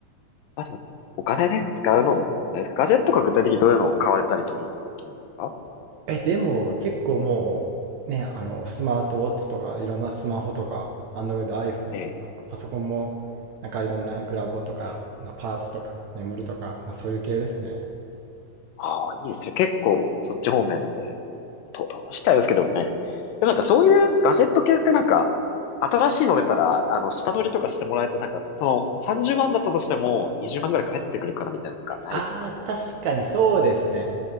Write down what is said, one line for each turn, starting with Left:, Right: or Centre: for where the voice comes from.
Left: まあでも、お金で使うのも、ですかガジェットが具体的にどういうのを買われたりするのが好きなんですか
Right: <laughs> え、でも結構もう、ね、あの、スマートウォッチとか、いろんなスマホとか、Android、iPhone
Left: ええ。
Right: とか、パソコンも、なんかいろんなグラボとか、パーツとか、メモリとか、まあそういう系ですね。
Left: ああ、いいですよ。結構、そっち方面で、ど、どうしたいですけどね。でもなんかそういうガジェット系ってなんか、新しいの出たら、あの、下取りとかしてもらえて、なんか、その、30万だったとしても、20万ぐらい返ってくるからみたいな、なんかないですかそういうの。
Right: ああ、確かにそうですね。